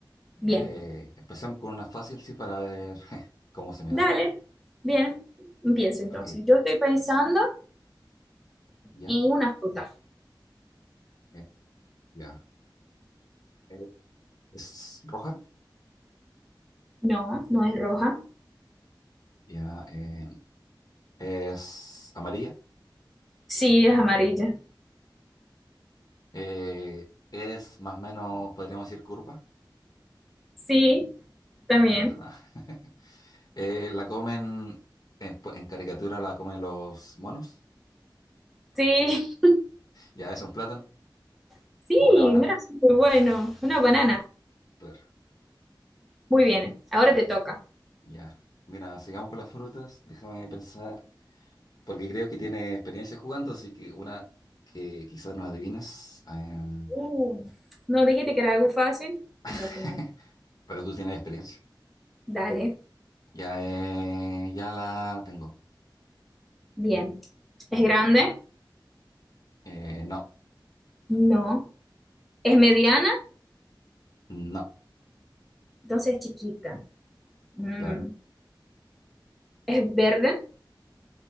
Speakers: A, in the centre; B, on the left.
A: Bien,
B: eh, empecemos con una fácil, sí, para ver <laughs> cómo se me
A: dale,
B: da.
A: bien, empiezo entonces.
B: Ok,
A: Yo estoy pensando
B: ya,
A: en una fruta.
B: eh, ya. Eh, ¿Es roja?
A: No, no es roja.
B: Ya, eh, ¿es amarilla?
A: Sí, es amarilla.
B: Eh, ¿es más o menos, podríamos decir, curva?
A: Sí, también.
B: Ajá. <laughs> Eh, la comen, en, pues, en caricatura la comen los monos.
A: Sí,
B: Ya es un plátano
A: <laughs> sí,
B: o una banana.
A: mira, es muy bueno. Una banana.
B: Claro.
A: Muy bien, ahora
B: Ok.
A: te toca.
B: Ya. Mira, sigamos con las frutas. Déjame pensar, porque creo que tiene experiencia jugando, así que una que quizás no adivines, eh,
A: Uh, no dijiste que era algo fácil. Mira
B: <laughs>
A: qué mal.
B: pero tú tienes experiencia.
A: Dale,
B: Ya, eh, ya la tengo.
A: bien. ¿Es grande?
B: Eh, no,
A: No. ¿Es mediana?
B: no,
A: Entonces es chiquita. Mm,
B: claro.
A: es verde,